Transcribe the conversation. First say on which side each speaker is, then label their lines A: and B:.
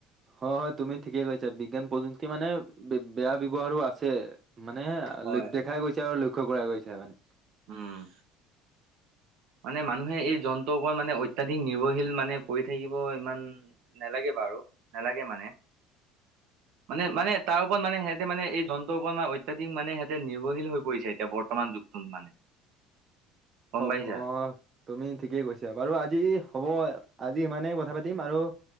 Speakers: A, on the right; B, on the right.
A: অ হয় তুমি ঠিকেই কৈছা বিজ্ঞান। যুক্তি মানে বেয়া ব্যয়ৱহাৰো আছে মানে
B: হয় হয়।
A: দেখাই গৈছে আৰু। লক্ষ্য কৰা গৈছে মানে।
B: উম। মানে মানুহে এই যন্ত্ৰৰ ওপৰত মানে অত্যাধিক নিৰ্ভৰশীল মানে কৰি থাকিব ইমান নালাগে। বাৰু নালাগে মানে।
A: <unintelligible>
B: মানে মানে তাৰ ওপৰত মানে সিহঁতে মানে এই যন্তৰওপৰত ম অত্যাধিক মানে সিহঁতে নিৰ্ভশীল হৈ পৰিছে এতিয়া বৰ্তমান যুগ। তুল মানে <unintelligible> গম
A: অ
B: পাইছা
A: অ। তুমি ঠিকেই কৈছা। বাৰু আজি হ'ব আজি ইমানেই কথা পাতিম আৰু,